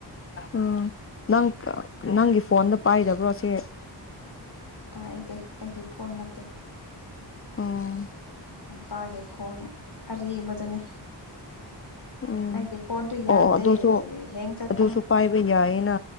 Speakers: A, on the left; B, on the left.
A: ꯎꯝ ꯅꯪ ꯅꯪꯒꯤ ꯐꯣꯟꯗ ꯄꯥꯏꯗꯕ꯭ꯔꯣ ꯁꯤꯦ
B: ꯄꯥꯏꯗꯦ ꯑꯩꯒꯤ ꯐꯣꯟ ꯅꯠꯇꯦ
A: ꯑꯣ
B: ꯃꯄꯥꯒꯤ ꯐꯣꯟ ꯑꯔꯤꯕꯗꯨꯅꯤ
A: ꯎꯝ
B: ꯑꯩꯒꯤ ꯐꯣꯟꯗꯨ ꯌꯥꯗꯦ
A: ꯑꯣ ꯑꯣ ꯑꯗꯨꯁꯨ
B: ꯍꯦꯡ ꯆꯠꯄꯅ
A: ꯑꯗꯨꯁꯨ ꯄꯥꯏꯕ ꯌꯥꯏꯌꯦꯅ